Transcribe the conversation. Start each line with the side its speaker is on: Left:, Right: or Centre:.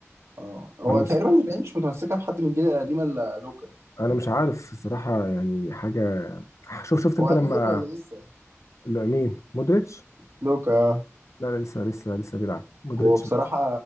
Right: اه هو
Left: راموس
Right: تقريبا الريال مش متمسكه بحد من الجيل القديم الا لوكا
Left: انا مش عارف الصراحه يعني حاجه شوف شفت انت
Right: هو اعتزل
Left: لما
Right: ولا لسه؟
Left: لا، مين مودريتش
Right: لوكا
Left: لا لا لسه لسه لسه بيلعب مودريتش
Right: هو بصراحه